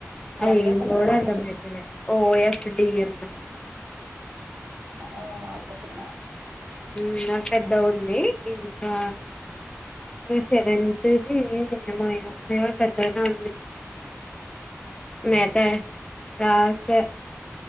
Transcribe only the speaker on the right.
గంతే
పెద్దగున్నాయి
ఓ అయితే పెద్దకనే ఉంటుంది